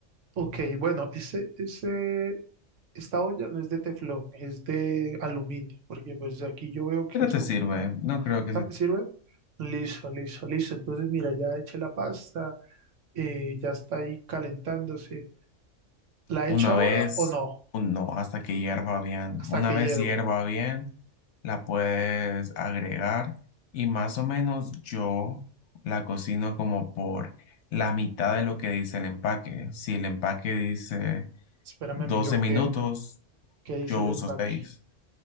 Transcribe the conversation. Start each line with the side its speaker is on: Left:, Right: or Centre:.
Right: Ok, bueno, ese, ese, esta olla no es de teflón, es de aluminio, porque pues aquí yo veo que
Left: Pero
Right: es
Left: te
Right: como
Left: sirve,
Right: aluminio.
Left: no creo que
Right: ¿Ah,
Left: se...
Right: me sirve? Listo, listo, listo. Entonces, mira, ya eché la pasta, eh, ya está ahí calentándose. ¿La
Left: Una
Right: echo ahora
Left: vez,
Right: o no?
Left: un- no, hasta que hierva bien.
Right: Hasta
Left: Una
Right: que
Left: vez
Right: hierva.
Left: hierva bien. la puedes agregar y más o menos yo la cocino como por la mitad de lo que dice el empaque. Si el empaque dice
Right: Espérame,
Left: 12
Right: miro qué,
Left: minutos,
Right: qué dice
Left: yo
Right: el
Left: uso
Right: empaque.
Left: seis